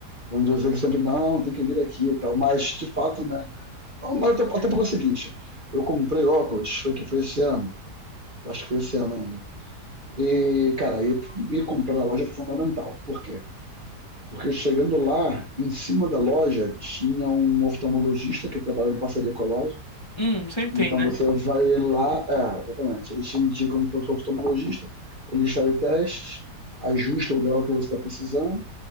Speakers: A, on the right; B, on the left.
A: Vamos dizer que sempre, não, tem que vir aqui e tal. Mas, de fato, né? Mas até, até porque é o seguinte, eu comprei óculos, foi que foi esse ano, acho que foi esse ano ainda. E, cara, ir, ir comprar na loja foi fundamental. Por quê? Porque chegando lá, em cima da loja, tinha um oftalmologista que trabalhava em parceria com a loja.
B: Hum, sempre tem,
A: Então
B: né?
A: você vai lá, é, exatamente. Eles te indicam para o oftalmologista, eles fazem testes, ajustam o grau que você está precisando